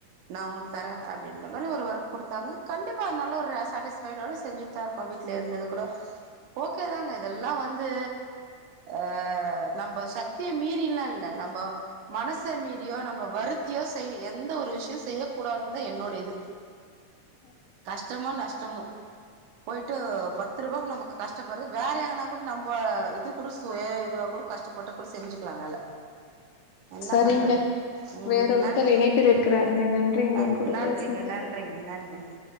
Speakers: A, on the right (about 80°); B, on the left (about 75°).
A: நா உனக்கு தரே அப்டின்ற மாரி ஒரு ஒர்க் குடுத்தாங்க கண்டிப்பா அது நல்ல ஒரு சாடிஸ் பேரோட செஞ்சுட்டு தா இருக்கோ வீட்லே இருந்து கூட ஓகேதாங்க இதெல்லாம் வந்து அ நம்ப சக்திய மீறிலா இல்ல நம்போ மனச மீறியோ நம்மள வருத்தியோ செய்ய எந்த ஒரு விஷ்ய செய்யக் கூடாதுனு தா என்னோட இது
B: கேட்கவில்லை
A: கஷ்டமோ நஷ்டமோ போயிட்டு பத்து ரூபாக்கு நமக்கு கஷ்டப்படுறது வேற எங்கன கூட நம்ம இது கூட சுய இதுவா கூட கஷ்டப்பட்டு கூட செஞ்சுக்கலா வேல என்ன
B: சரிங்க
A: பண்றது ம்
B: வேற ஒருத்தரு
A: நன்றி
B: இணைப்பில் இருக்குறாருங்க நன்றிங்க
A: அ
B: என் கூட
A: நன்றிங்க
B: பேசனதுக்கு
A: நன்றிங்க நன்றிங்க